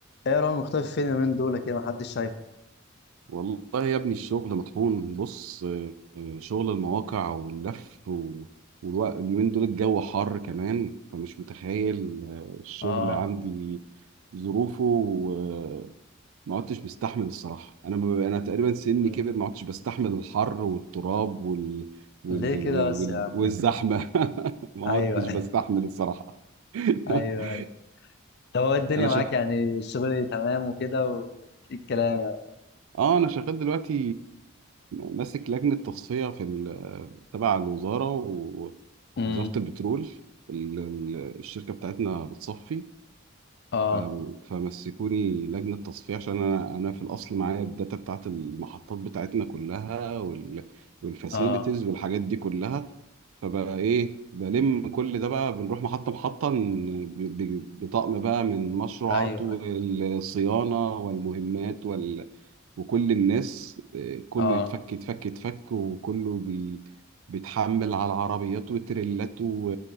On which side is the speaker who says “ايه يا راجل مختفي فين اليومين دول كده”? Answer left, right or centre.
Left